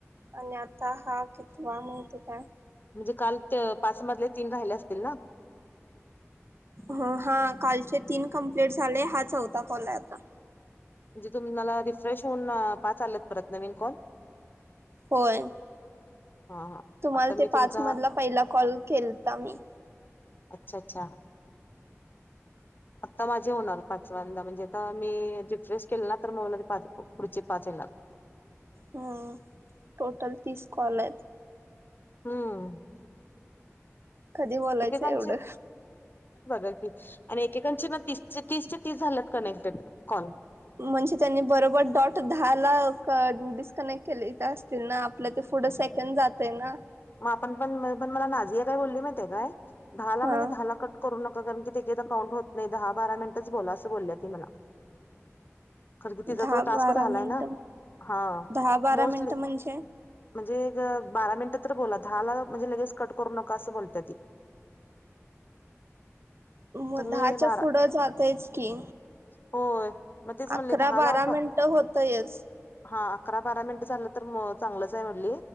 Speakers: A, on the right (about 55°); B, on the left (about 40°).
A: आणि आता हा कितवा माहिती काय.
B: म्हणजे काल त पाचमधले तीन राहिले असतील ना.
A: हो हा, कालचे तीन कंप्लीट झाले हा चौथा कॉल आहे आता.
B: म्हणजे तुम्हाला रिफ्रेश होऊन पाच चालेत परत नवीन कॉल.
A: होय,
B: हा हा,
A: तुम्हाला
B: आता
A: ते
B: मी
A: पाच
B: तुमचा
A: मधला पहिला कॉल केलता मी.
B: अच्छा अच्छा, तर माझे होणार पाचवंदा म्हणजे आता मी रिफ्रेश केलं ना तर मला ते पाच पुढचे पाच येणार.
A: हम्, टोटल तीस कॉल आहेत.
B: हम,
A: कधी बोलायचं
B: एकेकांचे
A: एवढं.
B: बघा की, आणि एकेकांचे ना तीस तीस ते तीस झाल्यात कनेक्टेड कॉल.
A: म्हणजे त्यांनी बरोबर डॉट दहा ला क डी ''--'' कनेक्ट केले असतील ना आपल्या ते पुढं सेकंड जात आहे ना.
B: मग आपण पण पण मला नाझीया काय बोलली माहिते काय दहाला
A: हा.
B: म्हणजे दहाला कट. करू नका कारण की ते काउंट होत नाही दहा बारा मिनिटच बोला असं बोलली ती मला. खर की
A: दहा
B: तिचा तो
A: बारा
B: टास्क झालाय
A: मिनिटं
B: ना हा
A: दहा बारा
B: मोस्टली.
A: मिनिटं म्हणजे.
B: म्हणजे बारा मिनिटं तर बोला दहा ला म्हणजे लगेच कट करू नका असं बोलते ती.
A: मग
B: तुम्ही
A: दहाच्या
B: बारा
A: पुढं जातयच की,
B: होय मग तेच म्हणले
A: अकरा
B: दहाला
A: बारा मिनिटं होतयच.
B: हा अकरा बारा मिनट झालं तर चांगलंच आहे म्हणली